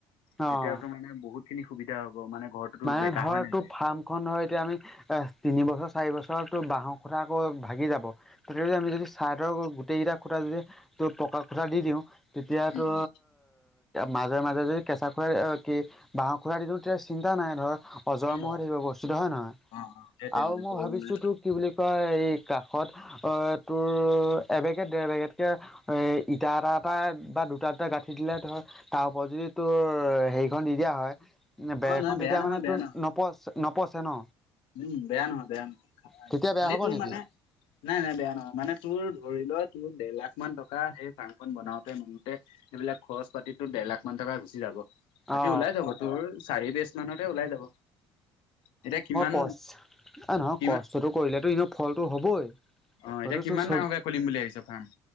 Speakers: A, on the left (about 75°); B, in the centre.
A: তেতিয়াতো
B: অ
A: মানে বহুত খিনি সুবিধা হ'ব মানে। ঘৰটোতো
B: মানে
A: বেকা
B: ধৰ
A: হৈ নাযায়
B: তোৰ ফাৰ্ম খনৰ এতিয়া আমি। এ তিনিবছৰ চাৰি বছৰ তো বাঁহৰ কথা আকৌ ভাগি যাব। তথাপিও আমি যদি ছাইডৰ গোটেইকেইটা খুটা যদি ত পকা খুটা দি দিওঁ তেতিয়াতো
A: উম
B: মাজে মাজে যদি কেঁচা খুৰা দি কি বাঁহৰ খুৰাই দিলো তেতিয়া চিন্তা নাই ধৰক। অজৰ অমৰ
A: অ
B: হৈ থাকিব বস্তুটো হয় নহয়
A: অ সেইটোৱে
B: আৰু
A: মানে
B: মই
A: তোৰ
B: ভাবিছো
A: মানে
B: তোক কি বুলি কয় এই কাষত অ তোৰ এবেগে দেৰ বেগতকে ইটা এটা এটা বা দুটা দুটা গাঁঠি দিলে ধৰ তাৰ ওপৰত যদি তোৰ হেৰিখন দি দিয়া হয়। বেৰ
A: অ নহয়
B: এখন তেতিয়া
A: বেয়া নহয়
B: মানে
A: বেয়া
B: তোৰ
A: নহয়
B: নপচ নপচে ন।
A: উম বেয়া নহয় বেয়া নহয়।
B: তেতিয়া বেয়া
A: খালি
B: হ'ব
A: তোৰ
B: নেকি?
A: মানে নাই নাই বেয়া নহয় মানে তোৰ ধৰি লোৱা তোৰ। দেৰ লাখ মান টকা সেই ফাৰ্ম খন বনাওতে মনতে সেইবিলাক খৰচ পাতি দেৰ লাখ মান টকা গুচি যাব। বাকী
B: অ
A: ওলাই যাব তোৰ চাৰি বিজ মানতে ওলাই যাব এতিয়া। কিমান
B: কষ্ট এই নহয়
A: কিমান
B: কষ্টটো কৰিলে ইনেও ফলটো হ'বই।
A: অ
B: হয়তো
A: এতিয়া কিমান
B: চো চব
A: ডাঙৰকে খুলিম বুলি ভাবিছ ফাৰ্ম